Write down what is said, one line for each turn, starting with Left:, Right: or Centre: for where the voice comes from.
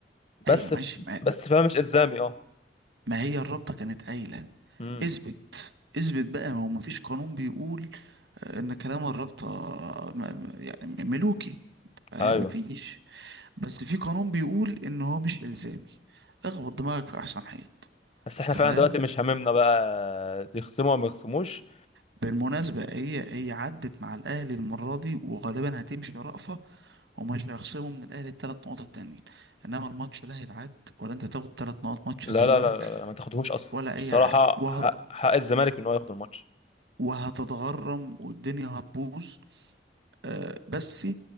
Left: بس
Right: أيوة ماشي
Left: ف...
Right: ما,
Left: بس فيها مش الزامي اه
Right: ما هي الرابطة كانت قايلة
Left: امم
Right: اثبت اثبت بقى ما هو مفيش قانون بيقول آه، إن كلام الرابطة آه، م- م- يعني ملوكي فاهم
Left: ايوه
Right: مفيش بس في قانون بيقول إن هو مش إلزامي اخبط دماغك في أحسن حيط
Left: بس احنا
Right: أنت
Left: فعلا
Right: فاهم
Left: دلوقتي مش هاممنا بقى يخصموا ولا ما يخصموش
Right: بالمناسبة هي هي عدت مع الأهلي المرة دي وغالبا هتمشي رأفة ومش هيخصموا من الأهلي التلات نقط التانيين إنما الماتش لا هيتعد ولا أنت تاخد تلات نقط ماتش
Left: لا
Right: الزمالك
Left: لا لا لا، ما تاخدهوش اصلا
Right: ولا أي
Left: بصراحه
Right: حاجة وه...
Left: حق حق الزمالك ان هو ياخد الماتش
Right: وهتتغرم والدنيا هتبوظ آه بس